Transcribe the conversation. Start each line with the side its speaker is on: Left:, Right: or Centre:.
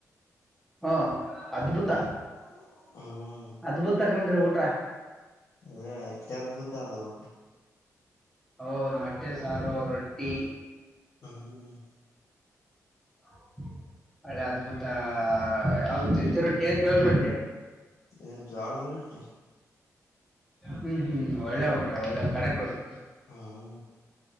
Centre: ಹ ಅದ್ಭುತ
Left: ಹ್ಮ್ ಹ್ಮ್
Centre: ಅದ್ಬುತ ಕನ್ರೀ ಊಟ
Left: ಹೇ ಅತಿದ್ಭುತ ಅದು ಊಟ
Centre: ಹ ಮೊಟ್ಟೆ ಸಾರು ರೊಟ್ಟಿ
Left: ಹ್ಮ್ ಹ್ಮ್
Centre: ಒಬಾ ಹಳೆ ಅದ್ಭುತ ಯಾವ್ದ ಚಜ್ಜಿ ರೊಟ್ಟಿ ಜೋಳದ ರೊಟ್ಟಿ ಹಾ
Left: ಹೇ ಜೋಳದ ರೊಟ್ಟಿ
Centre: ಹ್ಮ್ ಹ್ಮ್ ಒಳ್ಳೆ ಊಟ ಒಳ್ಳೆ ಕಡಕ್ ರೊಟ್ಟಿ
Left: ಹ